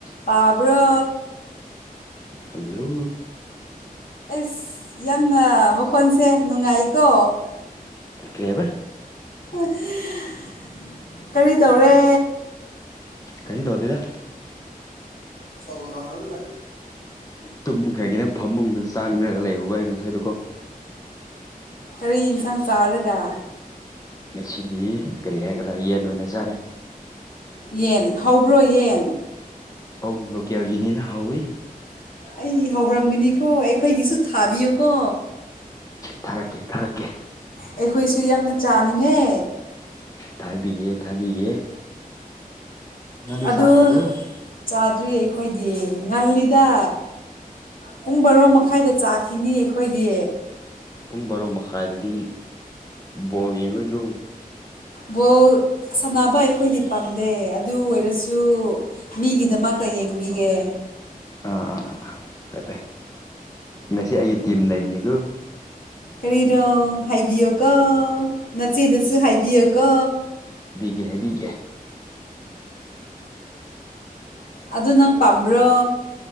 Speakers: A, on the left; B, on the left.
A: ꯇꯥꯕ꯭ꯔ
B: ꯍꯜꯂꯣ
A: ꯑꯩꯁ ꯌꯥꯝꯅ ꯃꯈꯣꯟꯁꯦ ꯅꯨꯡꯉꯥꯏꯀꯣ
B: ꯀꯔꯤꯕ
A: <unintelligible> ꯀꯔꯤ ꯇꯧꯔꯦ
B: ꯀꯩꯁꯤꯗꯗꯗ
A: ꯁ ꯂꯅꯦ
B: ꯇꯨꯝꯈ꯭ꯔꯒꯤꯅ ꯐꯃꯨꯡꯗ ꯆꯪꯈ꯭ꯔꯒ ꯂꯩꯕꯒ ꯉꯁꯥꯏꯗꯨꯀꯣ
A: ꯀꯔꯤ ꯌꯦꯟꯁꯥꯡ ꯆꯥꯔꯒ
B: ꯉꯁꯤꯗꯤ ꯀꯔꯤ ꯍꯥꯏꯒꯗ꯭ꯔꯥ ꯌꯦꯟ ꯑꯣꯏꯅ ꯆꯥꯔꯦ
A: ꯌꯦꯟ ꯍꯥꯎꯕ꯭ꯔꯣ ꯌꯦꯟ
B: ꯑꯧ ꯂꯣꯀꯦꯜꯒꯤꯅꯤꯅ ꯍꯥꯎꯋꯦ
A: ꯑꯩ ꯍꯥꯎꯔꯝꯒꯅꯤꯀꯣ ꯑꯩꯈꯣꯏꯒꯤꯁꯨ ꯊꯥꯕꯤꯌꯨꯀꯣ
B: ꯊꯥꯔꯛꯀꯦ ꯊꯥꯔꯛꯀꯦ
A: ꯑꯩꯈꯣꯏꯁꯨ ꯌꯥꯝꯅ ꯆꯥꯅꯤꯡꯉꯦ
B: ꯊꯥꯕꯤꯒꯦ ꯊꯥꯕꯤꯒꯦ ꯅꯪꯗꯤ
A: ꯑꯗꯨ
B: ꯆꯥꯈ꯭ꯔꯕ꯭ꯔꯣ
A: ꯆꯥꯗ꯭ꯔꯤꯌꯦ ꯑꯩ ꯑꯩꯈꯣꯏꯗꯤ ꯉꯜꯂꯤꯗ ꯄꯨꯡ ꯕꯥꯔꯣ ꯃꯈꯥꯏꯗ ꯆꯥꯈꯤꯅꯤ ꯑꯩꯈꯣꯏꯗꯤ
B: ꯄꯨꯡ ꯕꯥꯔꯣ ꯃꯈꯥꯏꯗꯗꯤ ꯕꯣꯜ ꯌꯦꯡꯔꯣꯏꯗ꯭ꯔꯣ
A: ꯕꯣꯜ ꯁꯥꯟꯅꯕ ꯑꯩꯈꯣꯏꯗꯤ ꯄꯥꯝꯗꯦ ꯑꯗꯨ ꯑꯣꯏꯔꯁꯨ ꯃꯤꯒꯤꯗꯃꯛ ꯄ ꯌꯦꯡꯕꯤꯒꯦ
B: ꯑꯥ ꯑꯥ ꯑꯥ ꯑꯥ ꯐꯩ ꯐꯩ ꯉꯁꯤ ꯑꯩꯒꯤ ꯇꯤꯝ ꯂꯩꯕꯅꯤꯀꯣ
A: ꯀꯔꯤꯅꯣ ꯍꯥꯏꯕꯤꯌꯨꯀꯣ ꯅꯆꯦꯗꯁꯨ ꯍꯥꯏꯕꯤꯌꯨꯀꯣ
B: ꯀꯦ ꯍꯥꯏꯕꯤꯒꯦ
A: ꯑꯗꯨ ꯅꯪ ꯄꯥꯝꯕ꯭ꯔꯣ